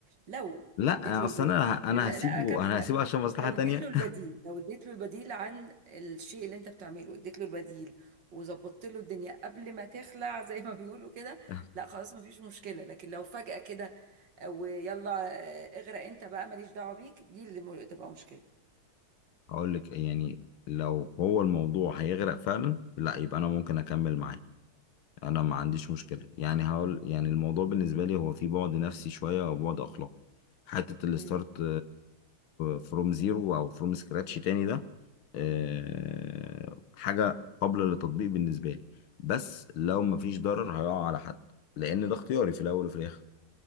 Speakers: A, on the right; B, on the left.
A: لو
B: لا
A: اديت له
B: اصل
A: البديل
B: انا انا
A: لا
B: هسيبه
A: لا اكمل
B: انا
A: لك
B: هسيبه عشان مصلحة
A: لو
B: تانية
A: اديت له البديل لو اديت له البديل عن الشيء اللي انت بتعمله اديت له البديل وظبطت له الدنيا قبل ما تخلع <laughs> زي ما بيقولوا كده
B: <laughs>
A: لا خلاص مفيش مشكلة لكن لو فجأة كده ويلا آه، اغرق انت بقى ماليش دعوة بيك دي اللي م- تبقى مشكلة
B: هقول لك يعني لو هو الموضوع هيغرق فعلا لا يبقى انا ممكن اكمل معاه انا ما عنديش مشكله يعني هقول يعني الموضوع بالنسبه لي هو في بعد نفسي شويه او بعد اخلاقي حته الستارت
A: مم.
B: فروم زيرو او فروم سكراتش تاني ده آه، حاجه قابله للتطبيق بالنسبه لي بس لو ما فيش ضرر هيقع على حد لان ده اختياري في الاول وفي الاخر